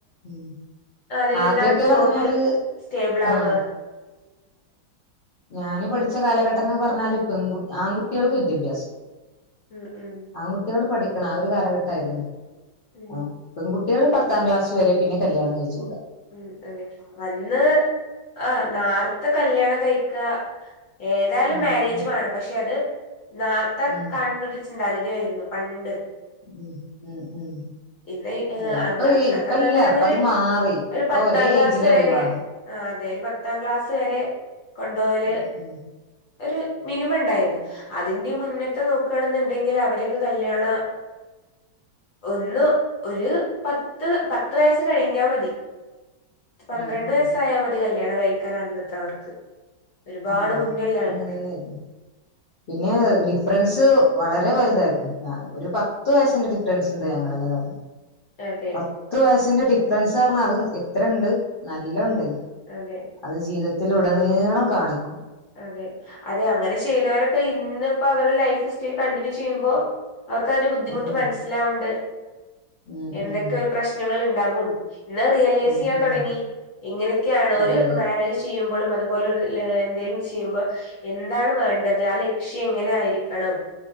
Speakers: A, on the left; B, on the left.
A: ഉം
B: അതിൽന്താ
A: ആദ്യൊക്കെ
B: ജോബ്
A: പറഞ്ഞാല്
B: സ്റ്റേബിൾ ആവുക.
A: ആഹ് ഞാന് പഠിച്ച കാലഘട്ടം എന്ന് പറഞ്ഞാല് പെൺ, ആൺകുട്ടികൾക്ക് വിദ്യാഭ്യാസം
B: ഉം ഉം
A: ആൺകുട്ടികൾ പഠ ആ ഒരു കാലഘട്ടമായിരുന്നു.
B: ഉം
A: ആ പെൺകു കുട്ടികള്പത്താംക്ലാസ് വരെ പിന്നെ കല്യാണം കഴിച്ച് വിടുക.
B: ഉം അതെ വന്ന് ആ <unintelligible> കല്യാണം കഴിക്ക ഏതായാലും
A: ഉം
B: മാരേജ്
A: ഉം
B: വേണം. പക്ഷെ അത് നാർത്തെ
A: ഉം
B: കണ്ണ ചിന്താഗതിയായിരുന്നു പണ്ട്.
A: ഉം ഉം ഉം
B: ഇന്ന്
A: അതെ ഇപ്പൊ
B: അത്തത്തെ
A: ഇപ്പല്ല
B: കാലത്ത് പറയണ
A: ഇപ്പം
B: ഒരു
A: അത് മാറി.
B: ഒരു
A: ഇപ്പൊ
B: പത്താം
A: ഒരേ
B: ക്ലാസ്സ്
A: ഏജിലാ
B: വരെ
A: വിവാഹം
B: ആ, അതെ ഒരു പത്താം ക്ലാസ്സ് വരെ കൊണ്ടപോവല്
A: ഉം ഉം
B: ഒരു മിനിമം ഉണ്ടായിരുന്നു. അതിന്റെ മുന്നത്തെ നോക്കുകയാണെന്നുണ്ടെങ്കിൽ അവരൊക്കെ കല്യാണം ഒന്ന് ഒരു പത്ത്, പത്ത്, വയസ് കഴിഞ്ഞാൽ മതി. പന്ത്രണ്ട്
A: ഉം ഉം
B: വയസ്സായൽ മതി കല്യാണ കഴിക്കാ അന്നത്തെ അവർക്ക് ഒരുപാട്
A: ആ
B: മുന്നിലുള്ള ആൾക്കാര്
A: അങ്ങനെന്നെയായിരുന്നു പിന്നെ ഡിഫറൻസ് വളരെ വലുതായിരുന്നു ഒരു പത്ത് വയസ്സിന്റെ ഡിഫറൻസ് ഉണ്ട് ഞങ്ങൾ തന്നെ തന്നു
B: അതെ
A: പത്ത് വയ സിന്റെ ഡിഫറൻസ് പറ അത് എത്ര ഇണ്ട് നല്ല
B: ഉം
A: ഉണ്ട്
B: ഉം അതെ
A: അത് ജീവിത തിത്തിലുടനീളം കാണിക്കും ഉം
B: അതെ അതെ അങ്ങനെ ചെയ്യുന്നവരൊക്കെ ഇന്ന് അപ്പ അവടെ ലൈഫ് സ്സ്റ്റൈൽ കണ്ടിന്യൂ ചെയ്യുമ്പോ അവർക്ക് അതിന്റെ ബുദ്ധിമുട്ട്
A: ഉം
B: മനസ്സിലാവുണ്ട്
A: ഉം
B: എന്തൊക്കെയ
A: ഉം
B: ഒരു പ്രശ്നങ്ങൾ ഡഗും എന്നാ റിയലൈസ്
A: ഉം
B: ചെയ്യാൻ
A: ഉം
B: തുടങ്ങി എങ്ങനെയൊക്കെയാണ്
A: അതെ
B: ഒരു
A: അതെ
B: മാരേജ് ചെയ്യും പോലും അതുപോലൊ എന്തേലും ചെയ്യുമ്പോ എന്താണ് വേണ്ടത് ആ ലക്ഷ്യം എങ്ങനെ ആയിരിക്കണം